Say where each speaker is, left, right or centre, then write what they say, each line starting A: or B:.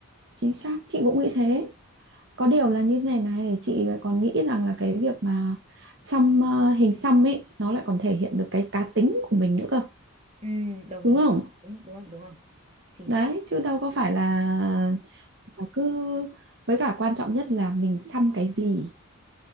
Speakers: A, on the right (about 55°); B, on the right (about 30°).
A: chính xác chị cũng nghĩ thế có điều là như này này chị lại còn nghĩ rằng là cái việc mà xăm ờ, hình xăm ấy nó lại còn thể hiện được cái cá tính của mình nữa cơ
B: Ừm, đồng
A: đúng
B: ý
A: không
B: đúng đúng rồi đúng rồi chính
A: đấy
B: xác
A: chứ đâu có phải là là cứ với cả quan trọng nhất là mình xăm cái gì